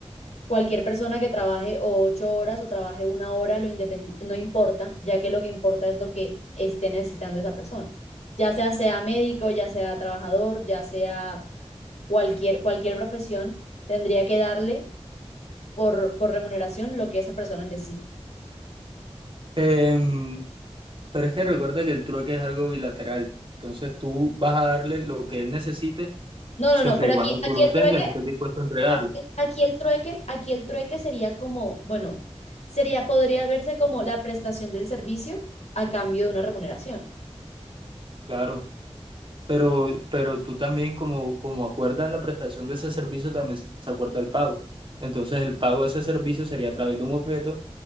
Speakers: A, on the left; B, on the right.
A: cualquier persona que trabaje o ocho horas o trabaje una hora lo independ- no importa, ya que lo que importa es lo que esté necesitando esa persona, ya sea sea médico, ya sea trabajador, ya sea cualquier, cualquier profesión tendría que darle por, por remuneración lo que esa persona necesite.
B: Em, Pero es que recuerda que el trueque es algo bilateral. Entonces tú vas a darle lo que él necesite
A: No, no,
B: siempre
A: no, pero
B: y cuando
A: aquí,
B: tú
A: aquí
B: lo
A: el
B: tengas
A: trueque,
B: y estés dispuesto a entregarlo.
A: aquí, aquí el trueque, aquí el trueque sería como, bueno, sería, podría verse como la prestación del servicio a cambio de una remuneración.
B: Claro. Pero, pero tú también, como, como acuerdan la prestación de ese servicio, también se acuerda el pago. Entonces el pago de ese servicio sería a través de un objeto